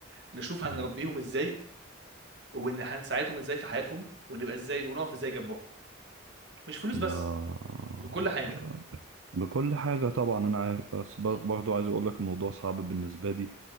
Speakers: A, on the right; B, on the right.
A: نشوف هنربيهم
B: م.
A: ازاي وان هنساعدهم ازاي في حياتهم ونبقى ازاي ونقف ازاي جنبهم مش فلوس بس
B: آه
A: ده كل حاجة
B: بكل حاجة طبعا أنا عارف بس بر-
A: مم.
B: برضو عايز أقولك الموضوع صعب بالنسبة لي